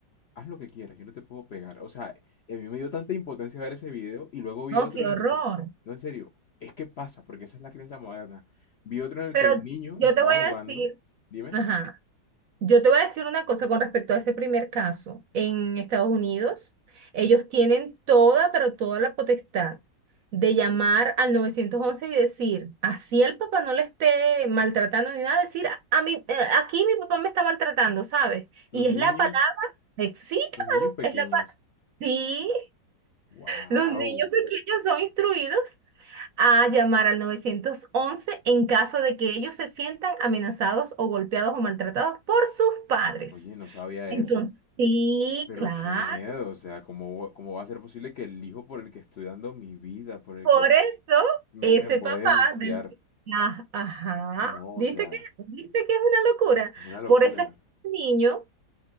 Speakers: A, on the left; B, on the right.
A: haz lo que quieras, yo no te puedo pegar. O sea, y a mí me dio tanta impotencia ver ese video y luego vi
B: No,
A: otro
B: qué horror.
A: en el que, no, en serio, es que pasa, porque esa es la crianza moderna. Vi otro en el
B: Pero
A: que el niño
B: yo
A: estaba
B: te voy a
A: jugando,
B: decir,
A: dime,
B: ajá. Yo te voy a decir una cosa con respecto a ese primer caso. En Estados Unidos, ellos tienen toda, pero toda la potestad de llamar al 911 y decir, así el papá no le esté maltratando ni nada, decir, a a mí, eh, aquí mi papá me está maltratando, ¿sabes? Y
A: los
B: es
A: niños,
B: la palabra, eh, sí, claro,
A: los niños pequeños,
B: es la palabra. Sí,
A: wow,
B: los niños pequeños son instruidos a llamar al 911 en caso de que ellos se sientan amenazados o golpeados o maltratados por sus padres.
A: oye, no sabía
B: Entonces,
A: eso.
B: sí,
A: Pero
B: claro.
A: qué miedo, o sea, ¿cómo, va- cómo va a ser posible que el hijo por el que estoy dando mi vida, por el
B: Por
A: que
B: eso,
A: me,
B: ese
A: me puede
B: papá
A: denunciar?
B: del... Ah, Ajá,
A: No,
B: ¿viste
A: o sea,
B: que, viste que es una locura?
A: es una locura.
B: Por ese niño,